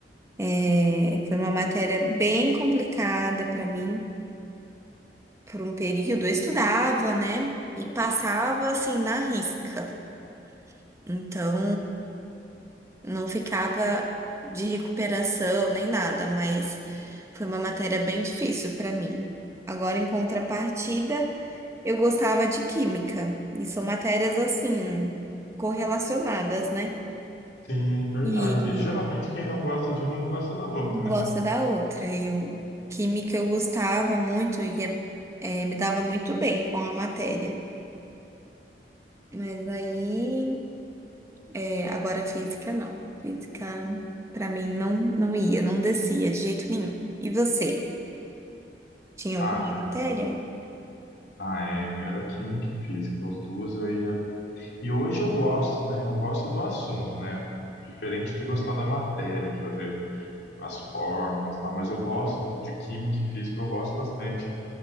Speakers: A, on the right (about 15°); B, on the left (about 70°).
A: É, foi uma matéria bem complicada para mim. Por um período eu estudava, né? E passava assim na risca. Então, Não ficava de recuperação nem nada, mas foi uma matéria bem difícil para mim. Agora, em contrapartida, eu gostava de química, e são matérias assim, correlacionadas, né?
B: Sim, verdade.
A: E
B: E geralmente quem não gosta de uma não gosta da outra,
A: uma
B: né?
A: gosta da outra. Eu, química eu gostava muito e é- é, me dava muito bem com a matéria. Mas aí, é, agora física não. Física, para mim, não, não ia, não descia de jeito nenhum. E você? tinha
B: Ah,
A: alguma matéria
B: eu Ah, é, era química e física, os duas eu ia. E hoje eu gosto, né? Eu gosto do assunto, né? Diferente de gostar da matéria, de fazer as fórmulas, e tal, mas eu gosto de química e física, eu gosto bastante.